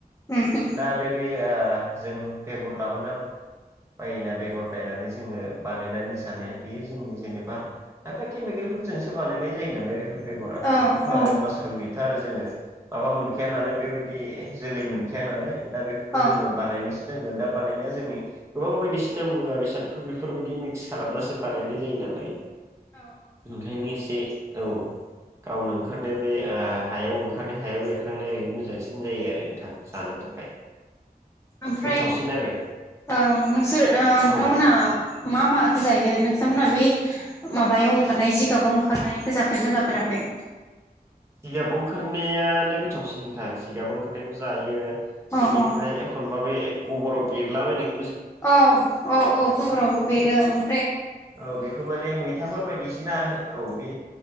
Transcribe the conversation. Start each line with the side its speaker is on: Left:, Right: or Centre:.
Left: उम उम
Right: दा ओरै बे जों बेगर लाबोना बायोना बेगर बायनानै जोङो बानायनानै जानाया बेयो जोंनि जेनेबा खायफा केमकेल फोरजोंसो बानायनाय जायो नालाय बेफोर बेगरा
Left: औ
Right: बेखौथ'
Left: औ
Right: आरो मासरुम मैथा आरो जोङो माबा मोनखाया नालाय बेबायदि जोलै मोन खाया नालाय दा बेफोरखौबो
Left: औ
Right: जोङो बानायनो नांगोन दा बानायनाया जोंनि गोबां बायदिसिना मुवा बेसादफोर बेफोरबायदि मिक्स खालामब्लासो बानायनाय जायो नालाय
Left: औ
Right: ओंखायनो एसे औ गावनो ओंखारनाय बे हायाव ओंखार हायाव बेरखांनाया ओरै मोजांसिन जायो आरो नोंथां जानो थाखाय
Left: ओमफ्राय
Right: गोथावसिन आरो
Left: औ नोंसोर ओ नोंथांमोनहा
Right: औ
Left: मा माखौ जायो नोंथांमोनहा बे माबायाव ओंखारनाय जिगाबाव ओंखारनाय आंखौ जाफेरदोंना जाफेराखै
Right: जिगाबाव ओंखारनायानो गोथावसि नोंथां जिगाबाव ओंखारनायखौ जायो
Left: अ
Right: बेनिफ्राय
Left: अ
Right: एखनबा बे गब'राव बेरलाबायनाय
Left: औ औ औ गबरावबो बेेरो औ
Right: औ बेखौ माने मैथाफोर बायदिसिना औ बे